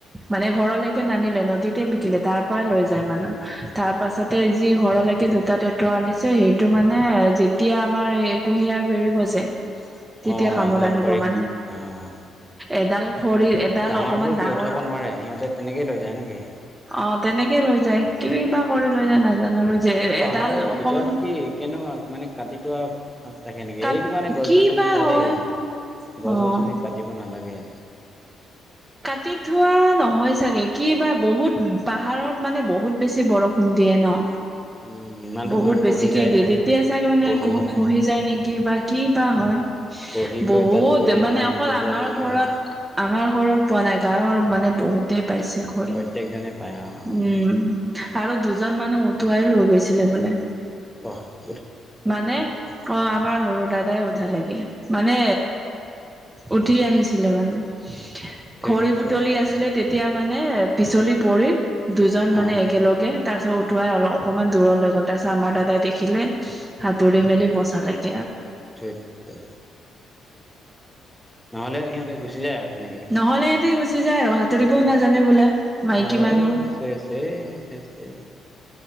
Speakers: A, on the right; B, in the centre.
A: মানে ঘৰলৈকে নানিলে নদীতে। শিকিলে তাৰ পৰাই লৈ যায় মানুহ। তাৰ পাছতে যি ঘৰলৈকে জোতা, ট্ৰেক্টৰ আনিছে সেইটো মানে এ যেতিয়া আমাৰ এই কুঁহিয়াৰ পেৰিব যে তেতিয়া
B: অঁ
A: কামত আহিব
B: খৰি
A: মানে।
B: অঁ
A: এডাল খৰি এডাল
B: ডাঙৰবোৰ
A: অকমান
B: কি
A: ডাঙৰ
B: উঠাব নোৱাৰে? সিহঁতে তেনেকেই লৈ যায় নেকি?
A: অ' তেনেকে লৈ যায়। কিবা কৰি লৈ যায় নাজানো আৰু। যে
B: পাহাৰৰ
A: এডাল অকমান
B: ভিতৰত কি? কেনেকুৱা মানে কাটিটো আৰু অ'' থাকে, নেকি
A: কাত
B: এইটো কাৰণে গছ-
A: কি
B: গছনি
A: বা
B: চা
A: হয়
B: দেই গছ
A: অ
B: গছনি কাটিব ন' ন লাগে।
A: কাটি থোৱা নহয়, চাগে, কি বা বহুত পাহাৰত মানে বহুত বেছি বৰষুণ। খুন্দিয়ে ন'।
B: উম, ইমান তোমাৰ
A: বহুত বেছিকে
B: কহি যায়
A: দিয়ে,
B: যে
A: তেতিয়া চাগে মানে
B: কহি যায়।
A: খহি যায নেকি বা কি বা হয়।
B: কহি গৈ
A: বহুত
B: তাত পৰি
A: মানে,
B: অ'
A: অকল
B: টুকুৰা
A: আমাৰ
B: টুকুৰা
A: ঘৰত
B: হৈ যায়।
A: আমাৰ ঘৰত পোৱা নাই গাঁৱৰ মানে বহুতে পাইছে। খৰি
B: প্ৰত্যেকজনে পায় অ'
A: উম' আৰু দুজন মানুহ উটুৱাই লৈ গৈছিলে বোলে
B: াহ। <unintelligible>
A: মানে অ', আমাৰ ঘৰত। দাদাই উঠা লোগে মানে উঠি আহিছিলে মানে
B: ধেইত
A: খৰি বুটলি
B: চালা
A: আছিলে, তেতিয়া মানে পিছলি পৰি দুজন মানে
B: অ'
A: একেলগে তাৰপিছত উঠোৱাই অলপ অকণমান দূৰ লৈ গ'ল তাৰপিছত আমাৰ দাদাই দেখিলে সাতুৰি মেলি বচা লাগি
B: ঠিক তে নহলে সিহঁতে গুচি যায় আৰু। এনেকেই
A: নহলে ইিহঁতেই গুচি যায় আৰু সাঁতুৰিবও নাজানে বোলে। মাইকী
B: আ
A: মানুহ
B: ছে ছে ছে ছে।